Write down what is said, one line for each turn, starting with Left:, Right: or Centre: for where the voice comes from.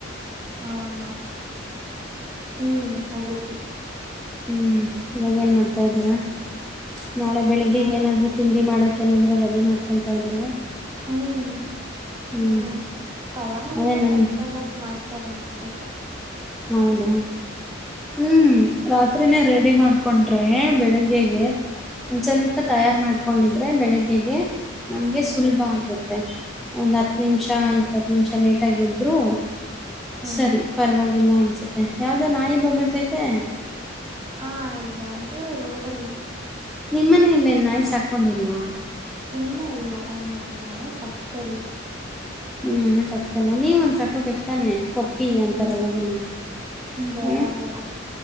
Right: ಹ ಹ್ಮ್ ಹೋಗದ್ವಿ
Centre: ಹ್ಮ್ ಇವಾಗ ಏನ್ ಮಾಡ್ತಾ ಇದೀರಾ ನಾಳೆ
Right: ಇವಾಗ
Centre: ಬೆಳಿಗ್ಗೆಗ
Right: ನಾನ್
Centre: ಏನಾದ್ರೂ ತಿಂಡಿ ಮಾಡಕ ಏನದ್ರು ರೆಡಿ ಮಾಡ್ಕೊಂತಾ ಇದ್ದೀರಾ.
Right: ಹ್ಮ್
Centre: ಹ್ಞೂ
Right: ಹ್ಮ್ ಪಲಾವ್
Centre: ಅದೇ
Right: ಇಲ್ಲಾ
Centre: ನನ್ನ
Right: ಟೊಮೊಟೊ ಬಾತ್ ಮಾಡ್ತಾರೆ ಅನ್ಸತ್ತೆ.
Centre: ಹೌದಾ. ಹ್ಮ್. ರಾತ್ರಿನೇ ರೆಡಿ ಮಾಡ್ಕೊಂಡ್ರೆ ಬೆಳಗ್ಗೆಗೆ ಒಂದ್ ಸ್ವಲ್ಪ ತಯಾರು ಮಾಡ್ಕೊಂಡಿದ್ರೆ ಬೆಳಗ್ಗೆಗೆ ನಮ್ಗೆ ಸುಲಭ
Right: ಹ್ಮ್
Centre: ಆಗುತ್ತೆ ಒಂದ್ ಹತ್ತು ನಿಮಿಷ
Right: ಹ್ಮ್
Centre: ಇಪ್ಪತ್ತು ನಿಮಿಷ ಲೇಟ್. ಟಗಿದ್ರು
Right: ಹ್ಮ್
Centre: ಸರಿ ಪರವಾಗ್ ಇಲ್ಲ ಅನ್ಸುತ್ತೆ ಯಾವ್ದೋ ನಾಯಿ ಬೊಗುಳ್ತೈತೆ
Right: ಹ ಇಲ್ಲ ಅದು ರೋಡ್ ಅಲ್ಲಿ.
Centre: ನಿಮ್ ಮನೆಲ್ ಎನ್ ನಾಯಿ ಸಾಕೊಂಡಿಲ್ವಾ.
Right: ಇಲ್ಲ ಇಲ್ಲ ನಮ್ಮ ಮನೆ ಪಕ್ಕದಲ್ಲಿ.
Centre: ಹ್ಮ್ ಮನೆ ಪಕ್ಕದಲ್ಲಿ ನೀವ ಒಂದ್ ಸಾಕೋ ಬೇಕ್ತಾನೆ ಪಪ್ಪಿ ಅಂತಾರಲ್ಲದನ್ನ
Right: ಹ್ಮ್ ಬೇಡ
Centre: ಹಾ.
Right: ಬೇಡ